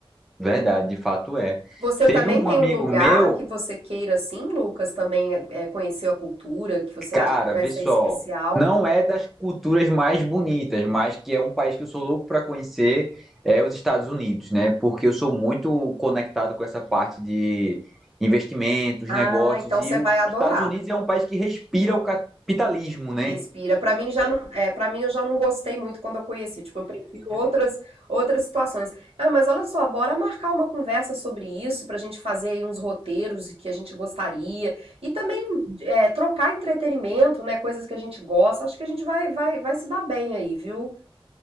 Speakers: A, in the centre; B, on the right.
A: verdade, de fato é.
B: Você
A: Teve
B: também
A: um
B: tem
A: amigo
B: um lugar
A: meu,
B: que você queira assim, Lucas, também é, conhecer a cultura, que você
A: cara,
B: acha que vai
A: vê
B: ser
A: só,
B: especial?
A: não é das culturas mais bonitas, mas que é um país que eu sou louco para conhecer, é os Estados Unidos, né? Porque eu sou muito conectado com essa parte de investimentos,
B: Ah,
A: negócios,
B: então
A: e
B: você
A: os
B: vai adorar.
A: Estados Unidos é um país que respira o capitalismo, né?
B: Respira. Para mim já não, é, para mim eu já não gostei muito quando eu conheci. Tipo, eu prefiro outras outras situações. Ah, mas olha só, bora marcar uma conversa sobre isso pra gente fazer aí uns roteiros que a gente gostaria e também é, trocar entretenimento, né, coisas que a gente gosta. Acho que a gente vai vai vai se dar bem aí, viu?